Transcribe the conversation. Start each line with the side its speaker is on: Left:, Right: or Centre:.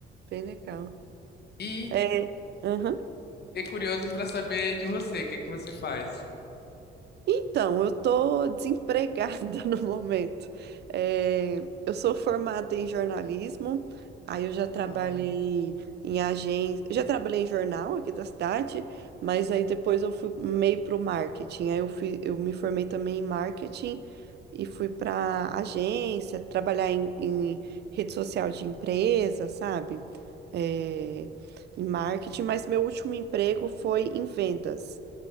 Right: bem legal.
Left: E
Right: É, aham.
Left: fiquei curioso para saber de você, o que que você faz?
Right: Então, eu tô desempregada <laughs> no momento. É, eu sou formada em jornalismo, aí eu já
Left: Uau.
Right: trabalhei em agência, já trabalhei em jornal aqui da cidade, mas aí depois eu fui meio pro marketing. Aí eu fui, eu me formei também em marketing e fui pra agência, trabalhar em, em rede social de empresa, sabe? É, em marketing, mas meu último emprego foi em vendas.